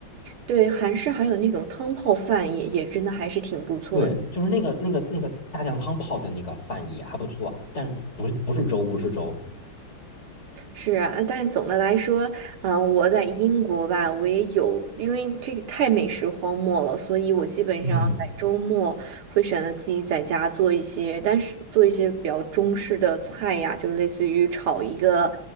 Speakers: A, on the right; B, on the left.
A: 对，韩式还有那种汤泡饭也也真的还是挺不错的。
B: 对，就是那个那个那个大酱汤泡的那个饭也还不错，但不是不是粥，不是粥。
A: 是啊，但总的来说，嗯、我在英国吧，我也有，因为这个太美食荒漠了，所以我基本上在周末会选择自己在家做一些，
B: 嗯
A: 但是做一些比较中式的菜呀，就类似于炒一个，